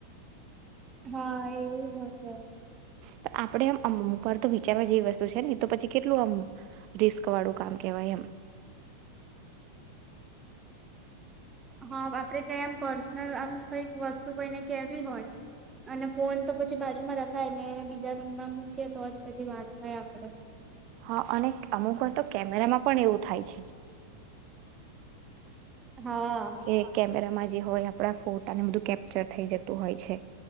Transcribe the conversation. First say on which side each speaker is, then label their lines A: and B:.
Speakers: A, on the right (about 20°); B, on the right (about 45°).
A: હા એવું. હશે
B: પણ આપણે એમ અમુક વાર તો વિચારવા જેવી વસ્તુ છે ને તો પછી કેટલું આમ રિસ્ક વાળું કામ કેહેવાય એમ
A: હા આપડે કેમ પર્સનલ આમ કઈક વસ્તુ કઈને કેવી હોય અને ફોન તો બાજુમાં રખાય ને બીજા રૂમ માં મૂકીએ તો જ પછી વાત થાય આપડે
B: હા અને અમુક વાર તો કેમેરામાં પણ એવું થાય છે
A: હા
B: કે કેમેરામાં જે હોય આપણા ફોટાને બધું કેપ્ચર થઈ જતું હોય છે